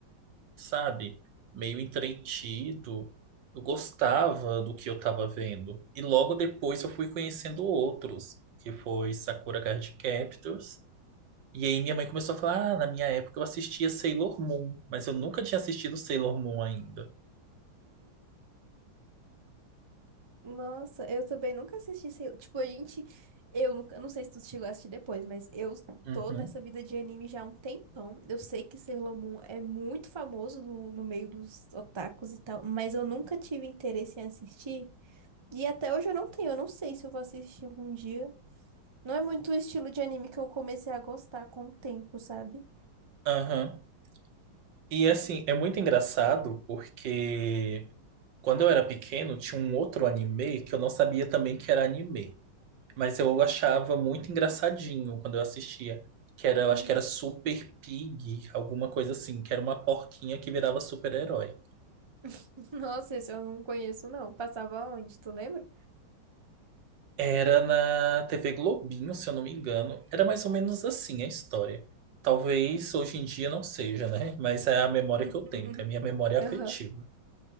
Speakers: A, on the right; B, on the right.
A: sabe? Meio entretido. Eu gostava do que eu estava vendo. E logo depois eu fui conhecendo outros, que foi Sakura Card Captors. E aí minha mãe começou a falar: Ah, na minha época eu assistia Sailor Moon, mas eu nunca tinha assistido Sailor Moon ainda.
B: Nossa, eu também nunca assisti, sei... tipo, a gente, eu nunca, não sei se tu chegou a assistir depois, mas eu
A: Uhum.
B: tô nessa vida de anime já há um tempão. Eu sei que Sailor Moon é muito famoso no, no meio dos otakus e tal, mas eu nunca tive interesse em assistir. E até hoje eu não tenho, eu não sei se eu vou assistir algum dia. Não é muito o estilo de anime que eu comecei a gostar com o tempo, sabe?
A: Aham. E assim, é muito engraçado porque quando eu era pequeno tinha um outro anime que eu não sabia também que era anime. Mas eu achava muito engraçadinho quando eu assistia. Que era, eu acho
B: Uhum.
A: que era Super Pig, alguma coisa assim, que era uma porquinha que virava super-herói.
B: <laughs> Nossa, esse eu não conheço, não. Passava onde, tu lembra?
A: Era na TV Globinho, se eu não me engano. Era mais ou menos assim a história. Talvez hoje em dia não seja, né? Mas é a memória
B: <laughs>
A: que eu tenho, então é a minha memória afetiva.
B: Aham,